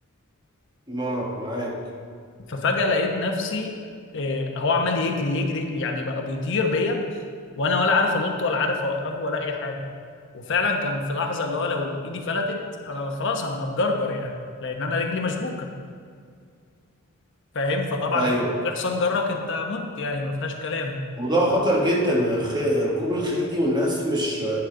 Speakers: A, on the right; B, on the left.
A: ما معاك
B: ففجأة لقيت نفسي آه، هو عمال يجري يجري يعني بقى بيطير بيا وانا ولا عارف انط ولا عارف اوقفه ولا اي حاجه وفعلا كان في لحظه اللي هو لو ايدي فلتت انا خلاص انا هتجرجر يعني لان انا رجلي مشبوكه فاهم فطبعا
A: ايوه
B: انت لو في حصان جرك انت مت يعني ما فيهاش كلام
A: موضوع خطر جدا خ- ركوب الخيل دي والناس مش